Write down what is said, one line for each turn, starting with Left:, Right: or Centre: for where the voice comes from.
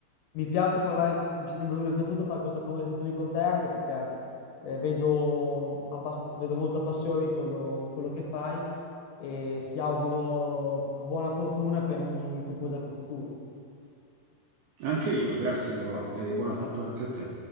Left: mi piace parlare, mi mi è piaciuto fare questa conversazione con te anche perché eh, vedo, abbast- vedo molta passione in quello, in quello che fai e ti auguro buona fortuna per ogni tuo progetto futuro.
Right: Anche io, grazie Nicolò, e buona fortuna
Left: Eh.
Right: anche a te.